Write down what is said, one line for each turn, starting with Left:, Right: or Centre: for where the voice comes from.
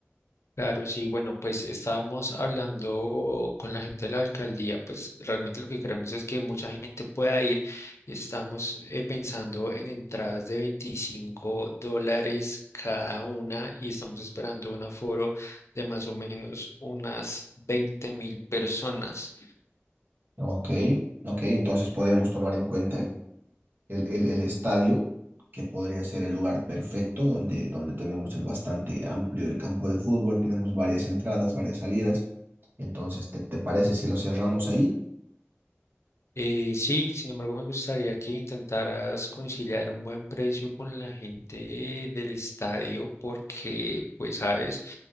Left: Claro, sí, bueno, pues estábamos hablando con la gente de la alcaldía, pues realmente lo que queremos es que mucha gente pueda ir y estamos eh, pensando en entradas de 25 dólares cada una y estamos esperando un aforo de más o menos unas 20 mil personas.
Right: Ok, ok, entonces podemos tomar en cuenta el el, el, el estadio, que podría ser el lugar perfecto, donde, donde tenemos el bastante amplio el campo de fútbol, tenemos varias entradas, varias salidas. Entonces, ¿te, te parece si lo cerramos ahí?
Left: Eh, sí, sin embargo, me gustaría que intentaras conciliar un buen precio con la gente del estadio porque, pues, sabes,